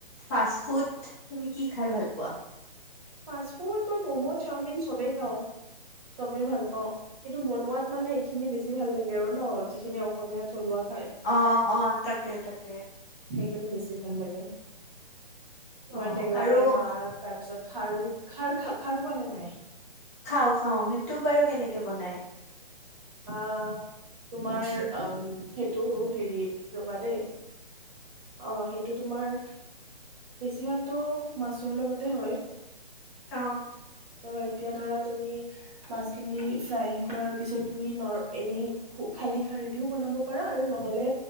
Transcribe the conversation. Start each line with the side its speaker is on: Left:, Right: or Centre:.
Left: ফাষ্ট ফুড তুমি কি খাই ভাল পোৱা
Right: ফাষ্টফুড মই ম'মো চাওমিন চবেই খাওঁ চবে ভাল পাওঁ কিন্তু বনোৱাত মানে এইখিনি বেছি ভাল লাগে আৰু ন যিখিনি অসমীয়াত থলুৱাত
Left: অ অ তাকে তাকে।
Right: কেনে বেছি ভাল লাগে? তোমাৰ
Left: অ',
Right: টেঙাৰে
Left: আৰু
Right: মাছ তাৰপিছত খাৰু খাৰ খাৰ পোৱা নে নাই।
Left: খাওঁ খা অ সেইটো বাৰু কেনেকে বনায়।
Right: আহ তোমাৰ অ সেইটো হেৰি ৰবা দেই অ সেইটো তোমাৰ বেছিভাগতো মাছৰ লগতে হয়।
Left: অহ
Right: ত এতিয়া ধৰা তুমি মাছ খিনি ফ্ৰাই কৰাৰ পিছত তুমি ন এনে খালি খাৰেদিও বনাব পাৰা আৰু নহলে